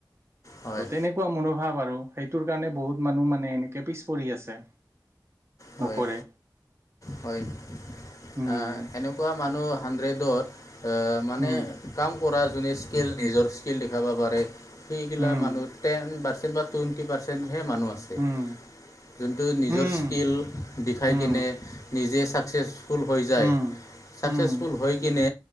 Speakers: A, on the left; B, on the right.
A: হয়
B: ত তেনেকুৱা মনোভাৱ আৰু সেইটোৰ কাৰণে বহুত মানুহ মানে এনেকে পিছ পৰি আছে।
A: হয়
B: নকৰে।
A: হয় অ'হ,
B: উম
A: এনেকুৱা মানুহ হাড্ৰেডত মানে
B: উম
A: কাম কৰা স্কেল নিজৰ স্কিল দেখাব পাৰে সেইগিলা
B: উম
A: মানুহ টেন পাৰ্চেণ্ট বা টুৱেণ্টি পাৰ্চেণ্ট ধেৰ মানুহ আছে।
B: উম
A: যোনটো নিজৰ
B: উম
A: স্কিল। দিখাই
B: উম
A: কিনে নিজে চাকচেছ ফুল হৈ যায়,
B: উম
A: ছাকচেছফুল
B: উম
A: হৈ কিনে